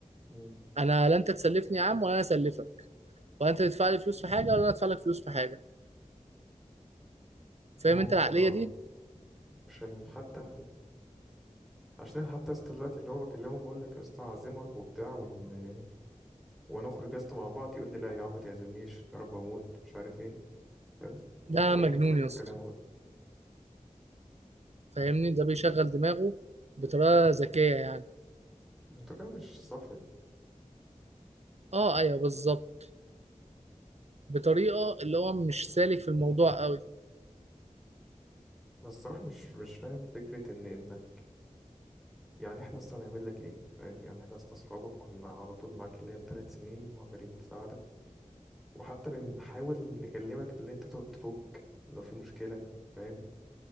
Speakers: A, in the centre; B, on the right.
A: مم.
B: انا لا انت تسلفني يا عم ولا انا اسلفك ولا انت تدفع لي فلوس في حاجه ولا انا ادفع لك فلوس في حاجه فاهم
A: ممكن
B: انت العقليه
A: اه
B: دي
A: عشان حتى عشان أنا حتى يا اسطى دلوقتي اللي هو بكلمه بقول لك يا اسطى هعزمك وبتاع ون... ونخرج يا اسطى مع بعض يقول لي لا يا عم ما تعزمنيش يا رب اموت مش عارف ايه فاهم
B: ده
A: هو
B: مجنون
A: ايه يتكلم
B: يا اسطى
A: كلامه بقى
B: فاهمني ده بيشغل دماغه بطريقه ذكيه يعني
A: الطريقة مش صافية
B: اه ايوه بالظبط بطريقه اللي هو مش سالك في الموضوع قوي
A: أنا الصراحة مش مش فاهم فكرة إن إنك يعني إحنا أصلا هنعمل لك إيه فاهم يعني إحنا أصلا أصحابك كنا على طول معاك اللي هي التلات سنين وعمالين نساعدك وحتى بنحاول نكلمك اللي أنت تقعد تفك لو في مشكلة فاهم